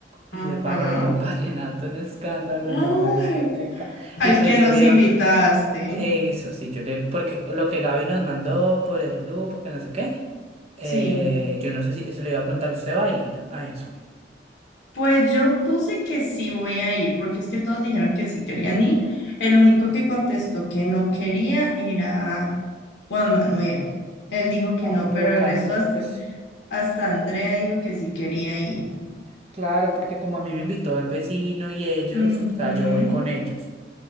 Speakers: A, on the right; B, on the left.
A: y
B: Ajá.
A: de parrandón <laughs> vallenato en escándalo
B: Ay,
A: en la discoteca.
B: al
A: Y pues
B: que
A: yo
B: nos
A: le digo,
B: invitaste.
A: eso sí, yo le, porque lo que Gaby nos mandó por el grupo, que no sé qué, eh,
B: Sí.
A: yo no sé si eso le iba a preguntar, ¿usted va a ir a eso?
B: Pues yo puse que sí voy a ir, porque es que todos dijeron que sí querían ir. El único que contestó que no quería era Juan Manuel. Él dijo que
A: Ay,
B: no,
A: pero
B: pero
A: Cano,
B: el resto hasta,
A: pues
B: hasta Andrea dijo que sí quería ir.
A: claro, porque como a mí me invitó el vecino y ellos,
B: Ujú.
A: o sea, yo voy con ellos.